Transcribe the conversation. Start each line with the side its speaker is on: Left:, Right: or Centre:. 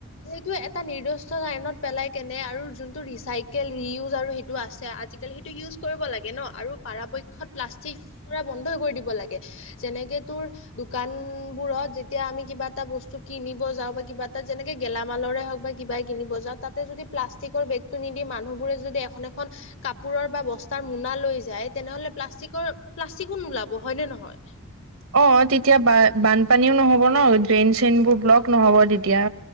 Left: সেইটো এটা নিৰ্দিষ্ট লাইনত পেলাই কেনে আৰু যোনটো ৰিচাইকেল ৰিউজ আৰু সেইটো আছে আজাল- তেতিয়াহ'লে সেইটো ইউজ কৰিব লাগে ন, আৰু পৰাপক্ষত প্লাষ্টিক ইউজ কৰা বন্ধই কৰি দিব লাগে। যেনেকৈ তোৰ, দোকান বোৰত যেতিয়া আমি কিবা এটা বস্তু কিনিব যাওঁ বা কিবা এটা যেনেকে গেলামালৰে হওঁক বা কিবাই কিনিব যাওঁ, তাতে যদি প্লাষ্টিকৰ বেগটো নিদি মানুহবোৰে যদি এখন এখন- কাপোৰৰ বা বস্তাৰ মোনা লৈ যায়, তেনেহ'লে প্লাষ্টিকৰ প্লাষ্টিকো নোলাব হয়নে নহয়?
Right: অ', তেতিয়া ব বানপানীও নহ'ব ন। ড্ৰেইন চেইনবোৰ ব্লক নহ'ব তেতিয়া।